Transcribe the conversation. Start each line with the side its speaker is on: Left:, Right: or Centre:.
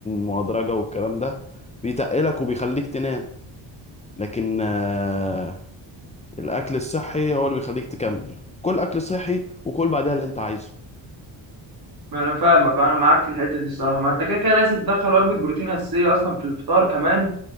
Left: مهدرجة والكلام ده بيتقلك وبيخليك تنام لكن آه، الاكل الصحي هو اللي بيخليك تكمل كل اكل صحي وكل بعدها اللي انت عايزه
Right: ما انا فاهمك انا معاك في الحته دي الصراحه ما انت كده كده لازم تدخل وجبه بروتين اساسيه اصلا في الفطار كمان